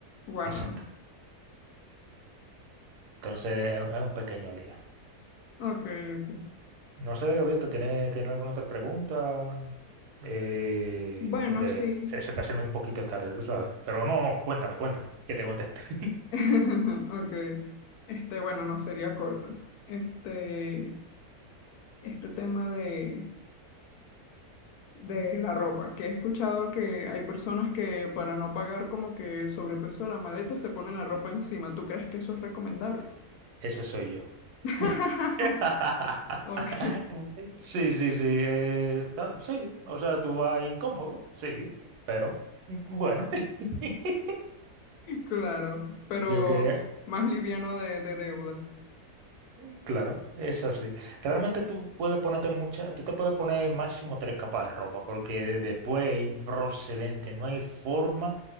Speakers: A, on the left (about 75°); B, on the right (about 80°).
A: Wow.
B: exactamente. Entonces, es es un pequeño lío.
A: Ok, ok.
B: No sé, Gaviota, ¿tiene, tiene alguna otra pregunta? Eh,
A: Bueno,
B: porque
A: sí.
B: se, se está haciendo un poquito tarde, tú sabes. Pero no, no, cuéntame, cuéntame, que te cuente. <laughs>
A: <laughs> Ok. Este, bueno, no sería corta. Este, este tema de, de la ropa, que he escuchado que hay personas que para no pagar como que el sobrepeso de la maleta se ponen la ropa encima. ¿Tú crees que eso es recomendable?
B: Ese soy yo.
A: <laughs>
B: <laughs>
A: Ok,
B: Sí, sí, sí. eh, ta- sí, o sea, tú vas incómodo, sí, pero mm, bueno. <laughs>
A: <laughs> claro, pero
B: Yo quería.
A: más liviano de, de deuda.
B: Mm, Claro, es así. Realmente tú puedes ponerte mucha, tú te puedes poner máximo tres capas de ropa, porque después es improcedente, no hay forma